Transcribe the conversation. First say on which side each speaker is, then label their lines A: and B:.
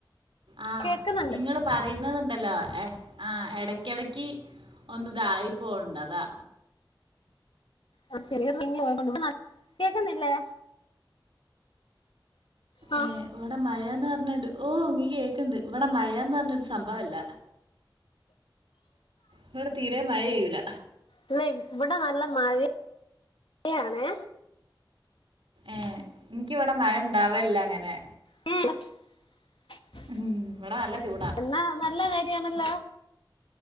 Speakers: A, on the right (about 90°); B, on the left (about 80°).
A: ആ
B: കേക്കുന്നുണ്ട്
A: ഇങ്ങള് പറയിന്നത്ണ്ട് ണ്ടല്ലോ ആ എടക്കിടക്ക് ഒന്നുതായിപ്പോണ്ടതാ
B: അ ശെരിെ <unintelligible> പോ കേക്കുന്നില്ലേ ആ
A: ഏ ഇവിടെ മഴന്ന് പറ ണ്ട് ഓ ഇങ്ങി കേക്കിണ്ട് ഇവിടെ മയന്ന് റഞ്ഞര് സംഭവല്ല ഇവിടെ തീരെ മഴ യെയ്യൂല
B: ഇല്ല ഇവിടെ നല്ല മഴ മഴണ്
A: ഏ എനിക്ക് വിടെ മഴ ഇണ്ടാവല്ല അങ്ങനെ
B: <unintelligible>
A: ഉം, ഇവിടെ നല്ല ചൂടാ
B: എന്നാ നല്ല കാര്യണല്ല